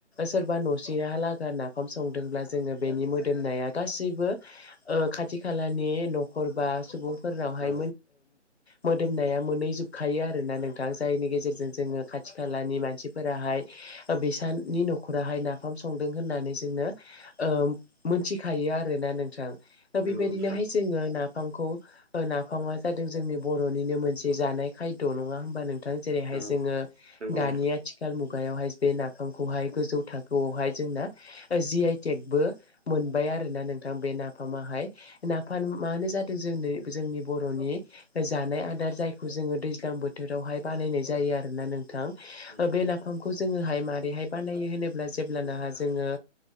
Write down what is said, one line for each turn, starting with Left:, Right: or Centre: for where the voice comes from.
Left: सोरबा न'से हालागै नाफाम संदोंब्ला ज जोङो बेनि मोदोमनाया गासैबो ओ खाथि खालानि न'खर बा सुबुं फोरनावहाय
Right: औ
Left: मोदोमनाया मोनहै जोबखायो आरोना नोंथां जायनि गेजेरजों जोङो खाथि खालानि मानसिफोराहाय बिसानि न'खराहाय नाफाम संदों होननानै जोंनो ओ मोनथिखायो आरोना नोंथां दा
Right: नंगौ
Left: बेबायदिनोहाय
Right: नोंथां
Left: जोङो नाफामखौ नाफामया जादों जोंनि बर'निनो मोनसे जानाय खायद' नङा होनबा नों थां जेरैहाय
Right: औ
Left: जोङो
Right: नंगौ
Left: दानि
Right: नोंथां औ
Left: आथि खाल मुगायावहाय बे नाफामखौहाय गोजौ थाखोआवहाय जोंना जि आइ टेकबो मोनबाय आरोना नोंथां बे नाफामाहाय नाफान मानो जादों जोंनो जोंनि बर'नि जानाय आदार जायखौ जोङो दैज्लां बोथोरावहाय बानायनाय जायो आरो ना नों था
Right: औ
Left: बे नाफामखौ जोङोहाय माबोरैहाय बानायो होनोब्ला जेब्लानाह जोङो